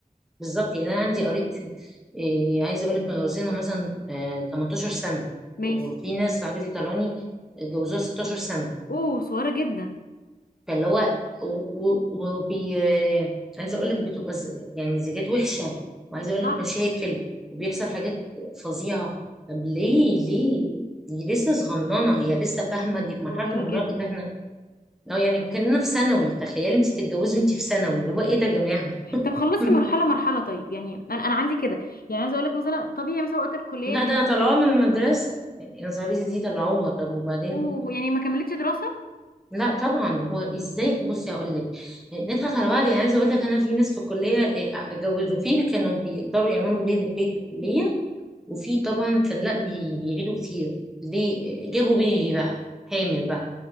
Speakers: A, in the centre; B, on the left (about 85°).
A: بالظبط يعني انا عندي قريبتي إيه عايزه اقول لك متجوزينها مثلا آه 18 سنه
B: ماشي
A: وفي ناس صاحبتي طلعوني اتجوزوها 16 سنه
B: اوه صغيره جدا
A: فاللي هو و- و- وبي آه، عايزه اقول لك بتبقى ز... يعني زيجات وحشه وعايزه اقول
B: صح
A: لك مشاكل وبيحصل حاجات فظيعه طب ليه ليه دي لسه صغننه هي لسه فاهمه دي في مرحله
B: صغيره
A: المراهقه
B: جدا
A: ده احنا اه يعني كاننا في ثانوي تخيلي انت تتجوزي وانت في ثانوي اللي هو ايه ده يا جماعه
B: طب خلصي
A: <laughs>
B: مرحله مرحله طيب يعني انا انا عندي كده يعني عايزه اقول لك مثلا طبيعي مثلا وقت الكليه
A: لا
B: كان
A: ده انا طلعوها من المدرسة يعني أنا صاحبتي دي طلعوها طب وبعدين
B: اوه يعني ما كملتش دراسه
A: لا طبعا هو ازاي بصي هقول لك نضحك على بعض يعني عايزه اقول لك انا في ناس في الكليه إيه، اتجوزوا فيه كانوا بيقدروا يعملوا بين البيت والكليه وفي طبعا كان لا بي- بيعيدوا كتير ليه جابوا بيبي بقى حامل بقى